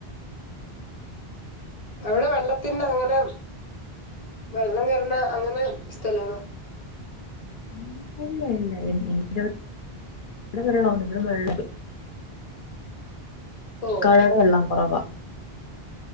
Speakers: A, on the left; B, on the left.
A: അവിടെ വെള്ളത്തിന് അങ്ങനെ വെള്ളംേ കറണ അങ്ങനെ സ്ഥലണോ
B: ഉ ഇല്ല ഇല്ല എനിവി <unintelligible> ഇവിടെ വെള്ള
A: ഓ
B: കനെടെ വെള്ളം കുറവാ